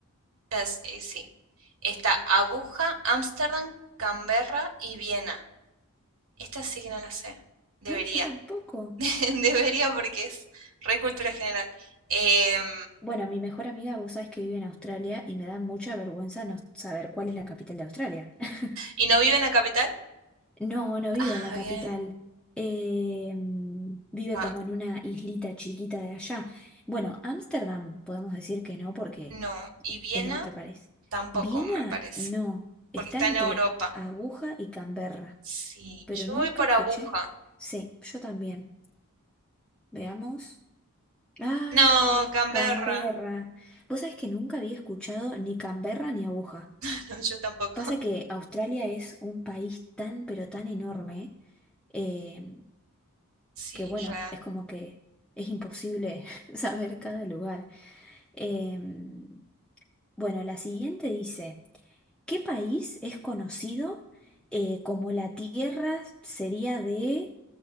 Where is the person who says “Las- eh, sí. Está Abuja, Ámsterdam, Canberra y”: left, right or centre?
Right